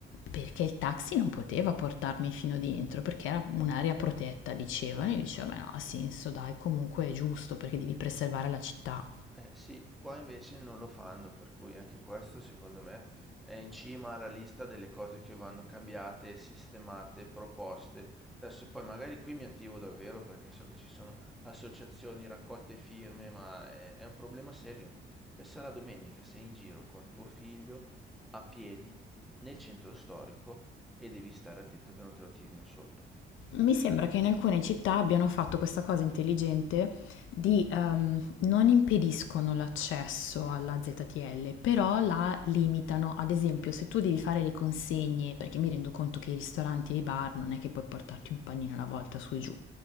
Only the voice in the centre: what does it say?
Eh sì, qua invece non lo fanno, per cui anche questo secondo me è in cima alla lista delle cose che vanno cambiate, sistemate, proposte. Adesso poi magari qui mi attivo davvero perché so che ci sono associazioni, raccolte firme, ma è, è un problema serio. Pensa alla domenica, sei in giro con tuo figlio a piedi nel centro storico e devi stare attento che non te lo tirino sotto.